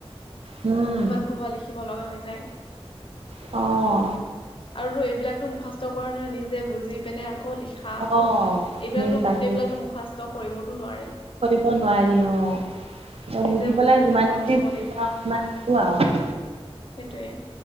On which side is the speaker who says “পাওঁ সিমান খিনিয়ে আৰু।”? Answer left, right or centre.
Right